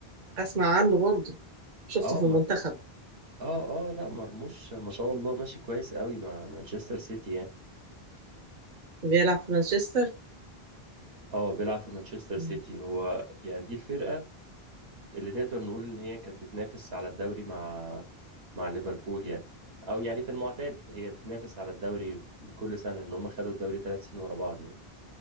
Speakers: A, on the right (about 50°); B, on the right (about 75°).
A: أسمع عنه برضه شفته
B: اه
A: في
B: مر
A: المنتخب
B: اه اه لا مرموش ما شاء الله ماشي كويس قوي مع مانشستر سيتي يعني
A: بيلعب في مانشستر
B: اه بيلعب في مانشستر سيتي
A: مم.
B: هو يعني دي الفرقة اللي نقدر نقول ان هي كانت بتنافس على الدوري مع مع ليفربول يعني او يعني في المعتاد هي بتنافس على الدوري كل سنة ان هم خدوا الدوري ثلاث سنين ورا بعض يعني